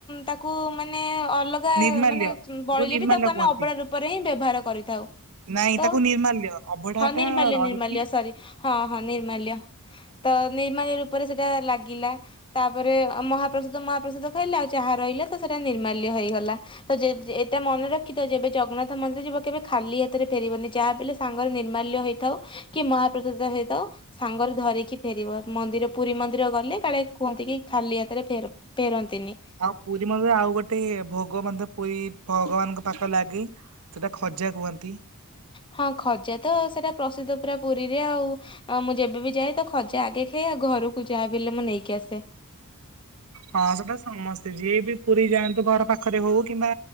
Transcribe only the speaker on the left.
ତାକୁ ମାନେ ଅଲ ଗା
ମାନେ ବଳିଲେ
ବି ତାକୁ ଆମେ
ଅବଡା ରୂପରେ ହିଁ ବ୍ୟବହାର କରିଥାଉ।
ତ
ହଁ
ନିର୍ମାଲ୍ୟ
ନିର୍ମାଲ୍ୟ ସରି ହଁ ହଁ ନିର୍ମାଲ୍ୟ। ଲ୍ୟ ତ ନିର୍ମାଲ୍ୟ ରୂପରେ ସେଟା ଲାଗିଲା। ତାପରେ ମହାପ୍ରସାଦ ମହାପ୍ରସାଦ ଖାଇଲେ ଆଉ ଜାହା ରହିଲେ ତ ସେଟା ନିର୍ମାଲ୍ୟ ହେଇଗଲା। ତ ଯେ ଏଟା ମନେ ରଖିଥା ଯେବେ ଜଗନ୍ନାଥ ମନ୍ଦିର ଯିବ କେବେ ଖାଲି ହାତରେ ଫେରିବନି ଯାହାବି ହେଲେ ସାଙ୍ଗରେ ନିର୍ମାଲ୍ୟ ହେଇଥାଉ କି ମହାପ୍ରସାଦ ହେ ତ ସାଙ୍ଗରେ ଧରିକି ଫେରିବ ମନ୍ଦିର ପୁରୀ ମନ୍ଦିର ଗଲେ କାଳେ କୁହନ୍ତି କି ଖାଲି ହାତରେ ଫେର ପେରନ୍ତିନି।
ହଁ ଖଜା ତ ସେଟା ପ୍ରସିଦ୍ଧ ପୁରା ପୁରୀରେ ଆଉ। ଆ ମୁଁ ଯେବେ ବିି ଯାଏ ତ ଖଜା ଆଗେ ଖାଏ ଆଉ ଘରକୁ ଯାହା ବି ହେଲେ ମୁଁ ନେଇକି ଆସେ।